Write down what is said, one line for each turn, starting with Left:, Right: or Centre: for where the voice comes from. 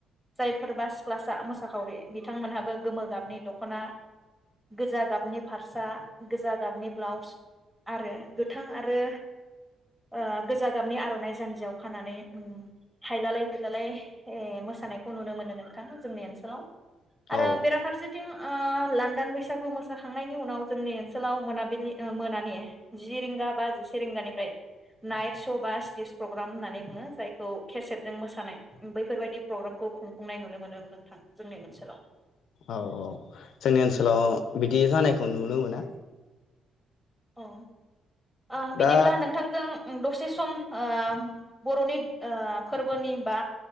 Centre: जायफोरबा सिख्लासा मोसाखावरि बिथांमोनहाबो गोमो गाबनि दख दख'ना गोजा गाबनि फारसा गोजा गाबनि ब्लाउस आरो गोथां आरो ओ गोजा गाबनि आर'नाइ जान्जियाव खानानै उम हायलालाय हुयलालाय ओ मोसानायखौ नुनो मोनो नोंथां जोंनि ओनसोलाव।
Left: औ
Centre: आरो बेराफारसे ओ लान्दान बैसागु मोसाखांनायनि उनाव जोंनि ओनसोलाव मोनाबिलि ओ मोनानि जि रिंगा बा जिसे रिंगानिफ्राय नाइट श' बा स्टेज प्रग्राम होननानै बुङो जायखौ केसेटजों मोसानाय बैफोरबायदि प्रग्रामखौ खुंफुंनाय नुनो मोनो नोंथां जोंनि ओनसोलाव।
Left: औ औ जोंनि ओनसोलाव बिदि जानायखौ नुनो मोना।
Centre: औ। ओ
Left: दा
Centre: बिदिब्ला नोंथांजों दसे सम ओ बर'नि ओ फोरबोनि बा